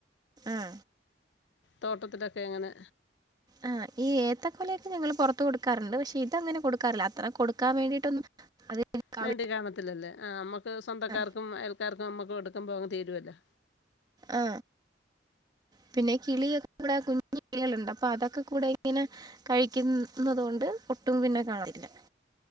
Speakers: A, on the right (about 25°); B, on the left (about 80°).
A: ആ
B: തോട്ടത്തിലൊക്കെ എങ്ങനെ
A: ആ ഈ ഏത്തക്കലയൊക്കെ ഞങ്ങൾ പുറ കൊടുറുണ്ട് പക്ഷെ ഇത അങ്ങനെ കൊടുറില്ല അത്ര കൊടുക്കാൻ വേണ്ടിയിട്ടൊന്നും അത് എടുക്കാൻ
B: വേണ്ടി കാണത്തില്ലല്ലേ ആ നമ്മുക്ക് സ്വന്തക്കാർക്കും
A: ആ,
B: അയൽക്കാർക്കും നമ്മുക്ക് എടുക്കുംമ്പോ അങ്ങ് തിരുമല്ലോ
A: ആ പിന്നെ കിളിയക്കെ കൂടെ കുഞ്ഞു കിളികളുണ്ട് അപ്പൊ അതൊക്കെ ഒക്കെ കൂടെ ഇങ്ങനെ കഴിക്കുന്നത് കൊണ്ട് ഒട്ടും പിന്നെ കാണത്തില്ല